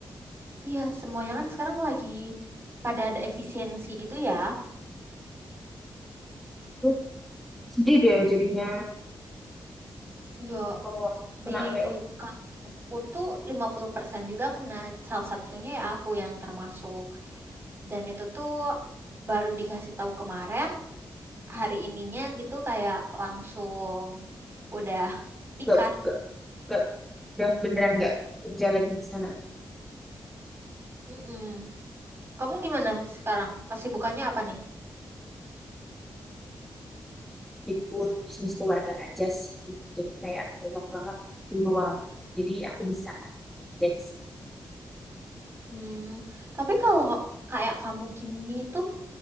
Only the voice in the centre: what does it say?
Duh, sedih deh jadinya
kalau kena
layoff.
Gak, gak, gak, udah beneran gak kerja lagi di sana.
Ikut bisnis keluarga aja sih. Jadi kayak banyak banget peluang. Jadi aku bisa lah jadi